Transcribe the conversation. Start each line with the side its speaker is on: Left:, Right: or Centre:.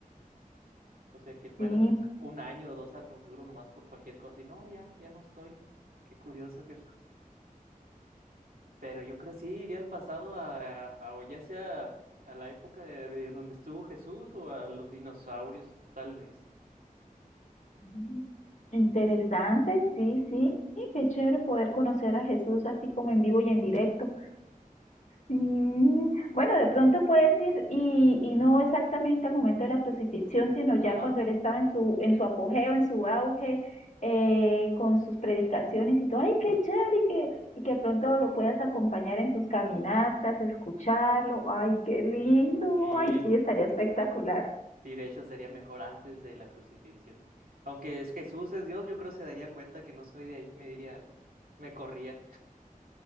Right: O sea, que fueras
Left: sí.
Right: un año o dos al futuro nomás por cualquier cosa y no, ya, ya no estoy. Qué curioso, qué feo. Pero yo creo sí iría al pasado a, a- a- o ya sea a la época de, de donde estuvo Jesús o a los dinosaurios, tal vez.
Left: sí. Interesante, sí, sí. Qué chévere poder conocer a Jesús así como en vivo y en directo. Mm, Bueno, de pronto puedes ir y, y no exactamente al momento de la crucifixión, sino ya
Right: Ajá.
Left: cuando él estaba en su, en su apogeo, en su auge, eh, con sus predicaciones y todo, ¡ay, qué chévere! Y que, y que de pronto lo puedas acompañar en sus caminatas, escucharlo, ¡ay, qué lindo!
Right: Sí,
Left: ¡Ay, sí, estaría espectacular!
Right: sí, de hecho sería mejor antes de la crucifixión. Aunque es Jesús es Dios, yo creo se daría cuenta que no soy de ahí, me diría algo. Me corría.